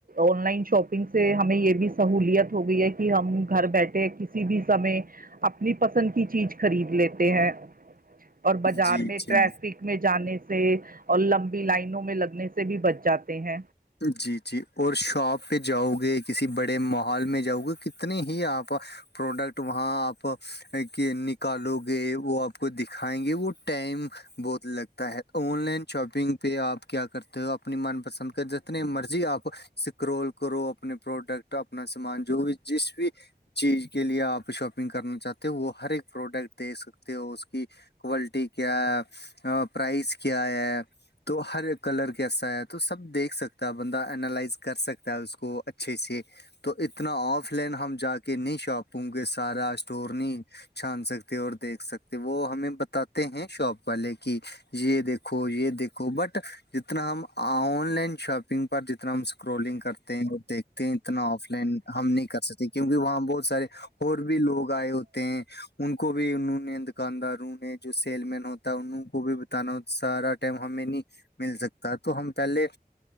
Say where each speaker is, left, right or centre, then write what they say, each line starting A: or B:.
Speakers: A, on the right (about 55°); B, on the left (about 80°).
A: آن لائن شاپنگ سے ہمیں یہ بھی سہولیت ہو گئی ہے کہ ہم گھر بیٹھے کسی بھی سمے اپنی پسند کی چیز خرید لیتے ہیں اور بازار
B: جی
A: میں
B: جی
A: ٹریفک میں جانے سے اور لمبی لائنوں میں لگنے سے سے بھی بچ جاتے ہیں
B: جی جی اور شاپ پہ جاؤ گے کسی بڑے محال میں جاؤ گے ک اتنی ہی آپ پروڈکٹ وہاں آپ کے نکالو گے وہپ دکھائیں گے وہ ٹائم بہت لگتا ہے آن لائن شاپنگ پہ آپ کیا کرتے اپنی من پسند کر جتنے مرضی آپ سکرول کرو اپنے پروڈکٹ ا اپنا سامان جو بھی جس بھی چیز کے لیے آپ شاپنگ کرنا چاہتے ہو وہ ہر ایک پروڈکٹ دے سکتے ہو اس کی کوالٹی کیا ہے پرائز کیا ہے تو ہر کلر کی کیسا ہے تو سب دیکھ سکتا ہے بندہ االائز کر سکتا ہے اس کو اچھے سے تو اتنا آف لائن ہم جا کے نہیں شاپوں گے سارا اسٹور نہیں چھان سکتے اور دیکھ سکتے وہ ہمیں بتاتے ہیں شاپ والے کی یہ دیکھو یہ دیکھو بٹ اتنا ہم آن لائن شاپنگ پر جتنا ہم اسکرولنگ کرتے ہیں اور دیکھتے ہیں اتنا آف لائن ہم نہیں کر سکتے کیونکہ وہاں بہت سارے اور بھی لوگ آئے ہوتے ہیں ان کو بھی انہوں نے دکانداروں نے جو سیل مین ہوتا ہے انہوں کو بھی بتانا ہو سارا ٹائم ہمیں نہیں مل سکتا ہے تو ہم پہلے